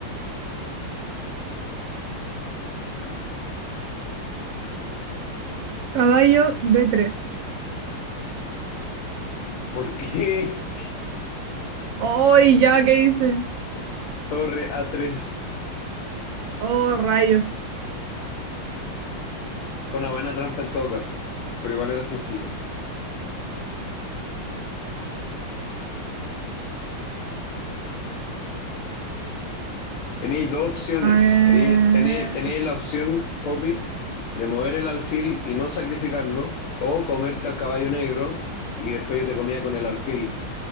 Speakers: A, on the right (about 75°); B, on the left (about 85°).
A: caballo b tres.
B: ¿Por qué
A: ¡Ay, ya! ¿Qué hice?
B: <laughs> torre A3?
A: ¡Oh, rayos!
B: Fue una buena trampa en todo caso, pero igual era sencilla. Tenéis dos opciones.
A: Eh,
B: Tenéis, tenéis- tenéis la opción, Poppy, de mover el alfil y no sacrificarlo, o comerte al caballo negro y después yo te comía con el alfil.